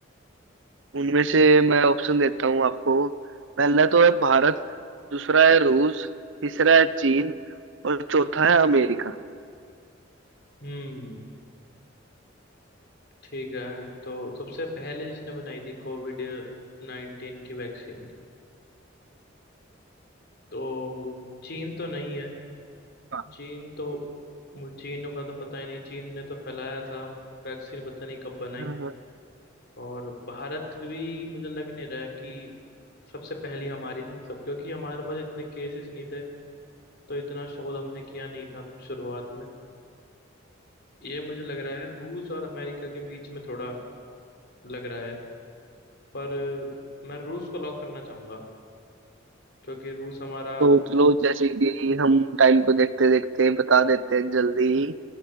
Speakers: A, on the right; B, on the left.
A: उनमें से मैं ऑप्शन देता हूँ आपको पहला तो है भारत दूसरा है रूस तीसरा है चीन और चौथा है अमेरिका
B: हम्म ठीक है तो सबसे पहले जिसने बनाई थी कोविड नाइन्टीन की वैक्सीन तो चीन तो नहीं है
A: हाँ।
B: चीन तो मुझे चीन का तो पता ही नहीं चीन ने तो फैलाया था वैक्सीन पता नहीं कब बनाई
A: हाँ, हाँ।
B: और भारत भी मुझे लग नहीं रहा है कि सबसे पहली हमारी थी सब क्योंकि हमारे पास इतने केसेस नहीं थे तो इतना शोध हमने किया नहीं था शुरुआत में ये मुझे लग रहा है रूस और अमेरिका के बीच में थोड़ा लग रहा है पर मैं रूस को लॉक करना चाहूंगा क्योंकि रूस हमारा
A: सोच लो जैसे कि हम टाइम को देखते देखते बता देते हैं जल्दी ही